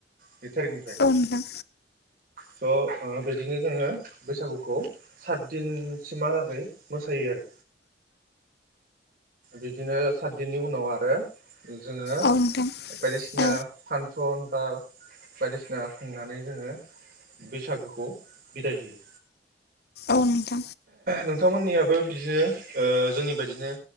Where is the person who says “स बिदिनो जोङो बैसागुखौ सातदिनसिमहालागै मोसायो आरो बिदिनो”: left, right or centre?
Right